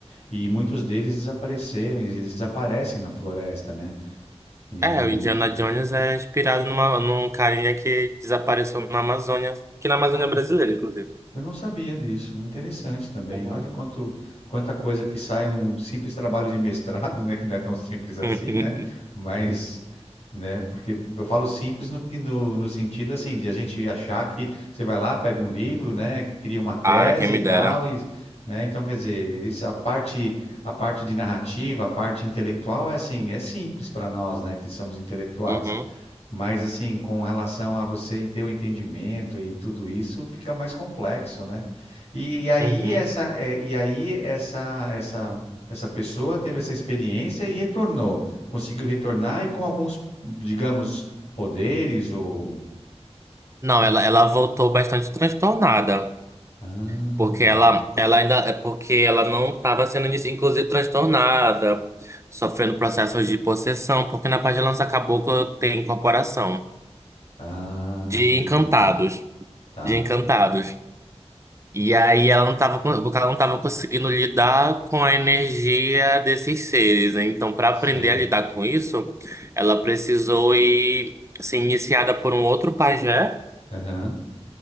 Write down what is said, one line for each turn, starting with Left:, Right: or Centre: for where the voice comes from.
Left: e muitos deles desapareceram, e eles desaparecem na floresta, né? E
Right: É, o Indiana Jones é inspirado numa, num carinha que desapareceu na Amazônia, que na Amazônia
Left: olha,
Right: brasileira, inclusive.
Left: Eu não sabia disso. Interessante também.
Right: Uhum.
Left: Olha quanto, quanta coisa que sai num simples trabalho de mestrado, né? Que não é tão simples assim,
Right: <laughs>
Left: né? Mas, né? Porque eu falo simples no, que- no, no sentido assim de a gente achar que você vai lá, pega um livro, né? Cria uma tese
Right: Ah, quem me
Left: e tal,
Right: dera.
Left: e, né? Então, quer dizer, isso, a parte, a parte de narrativa, a parte intelectual é assim, é simples para nós, né? Que somos intelectuais.
Right: Uhum.
Left: Mas assim, com relação a você ter o entendimento e tudo isso, fica mais complexo, né? E, aí
Right: Uhum.
Left: essa, é, e aí essa, essa, essa pessoa teve essa experiência e retornou, conseguiu retornar e com alguns, digamos, poderes ou
Right: Não, ela, ela voltou bastante transtornada.
Left: ah,
Right: Porque ela, ela ainda é porque ela não estava sendo, inici- inclusive, transtornada, sofrendo processos de possessão, porque na parte de Lança Caboclo tem incorporação
Left: ah,
Right: de
Left: entendi,
Right: encantados,
Left: tá,
Right: de encantados. E aí ela não estava, porque ela não estava conseguindo lidar com a energia desses seres. né? Então, para aprender
Left: sim,
Right: a lidar com isso, ela precisou ir ser iniciada por um outro pajé,
Left: aham,